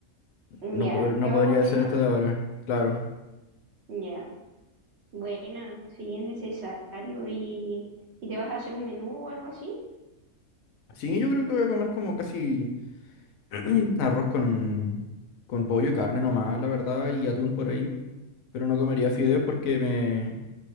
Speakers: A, on the left; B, on the right.
A: no,
B: Ya,
A: pod- no
B: te vas
A: podría
B: a ordenar,
A: ser esto de ahora, claro.
B: ya. Buena, si es necesario y, y te vas a hacer un menú o algo así,
A: Sí, yo creo que voy a comer como casi <clears throat> arroz con, con pollo y carne nomás, la verdad, y atún por ahí. pero no comería fideos porque me,